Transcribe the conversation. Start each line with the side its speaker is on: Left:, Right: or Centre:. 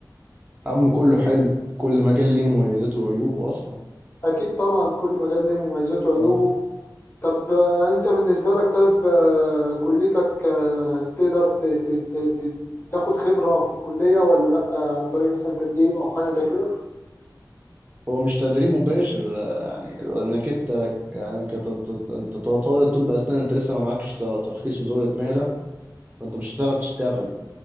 Right: عم كله حلو كل مجال ليه مميزاته وعيوبه اصلا
Left: اكيد طبعا كل مجال ليه مميزاته وعيوبه
Right: أيوة.
Left: طب آه، انت بالنسبة لك طيب آه، كليتك آه، تقدر ت- ت- ت- ت- تاخد خبرة في الكلية ولا لأ آه، عن طريق مثلا تدريب او حاجة زي كده؟
Right: هو مش تدريب مباشر آه، يعني انك انت يعني كطالب طب اسنان انت لسه ما معكش ت- ترخيص مزاوله مهله فانت مش هتعرف تشتغل